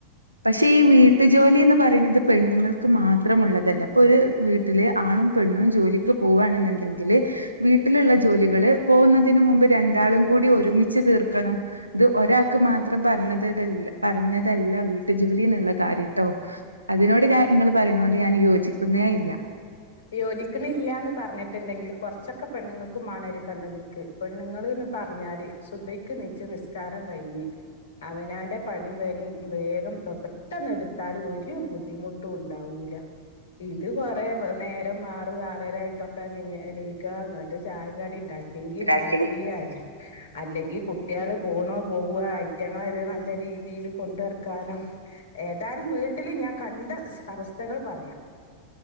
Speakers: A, on the right (about 80°); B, on the left (about 65°).
A: പക്ഷെ ഈ വീട്ട്ജോലി ന്ന് പറിണത് പെണ്ണ്ങ്ങൾക്ക് മാത്രമുള്ളതല്ല ഇപ്പൊ ഒര് വീ ട്ട്ല് ആണും പെണ്ണും ജോലിക്ക് പോവാൺന്ന്ണ്ടെങ്കിൽ വീട്ടില്ള്ള ജോലികള് പോവുന്നതിന് മുമ്പ് രണ്ടാളും കൂടി ഒരുമിച്ച് തീർക്കണം ഇത് ഒരാൾക്ക് മാത്രം പറഞ്ഞത് തല്ല പറഞ്ഞതല്ല വീട്ടു ജോലി ന്ന്ള്ള കാര്യട്ടോ അതിനോട് ഞാ ഇങ്ങൾ പറയുന്നൊണ്ട് ഞാൻ യോജിക്കുന്നേ ഇല്ല
B: യോജിക്ക്ണില്ലാന്ന് പർഞ്ഞിട്ട്ണ്ടെങ്കില് കൊർച്ചൊക്കെ പെണ്ണുങ്ങക്കുംമാണം ഒരു കണ്ണുതിക്ക് പെണ്ണുങ്ങളീന്ന് പർഞ്ഞാല് സുബയ്ക്ക് നീച്ച് നിസ്കാരം കഴ്ഞ്ഞി അവനാന്റെ പണിം വെലിം വേഗം തൊ പെട്ടെന്ന് എടുത്താലും ഒരു ബുദ്ധിമുട്ടും ഉണ്ടാവൂല ഇത് കൊറെ നേരം ആറും ആറരായിട്ടൊക്കെ നീ എണീക്ക ങ്ങട്ട് ചായും കടീംണ്ട ല്യങ്കിണ്ടാക്കി
A: ഉണ്ടാക്കിയെങ്കിൽ
B: <unintelligible> അല്ലെങ്കി കുട്ട്‌യാള് പോണൊ പോവ ഐറ്റങ്ങളൊരു നല്ല രീതീല് കൊണ്ടട്ക്കാനും ഏതാനും വീട്ടില് ഞാൻ കണ്ട അവസ്ഥകൾ പറയാ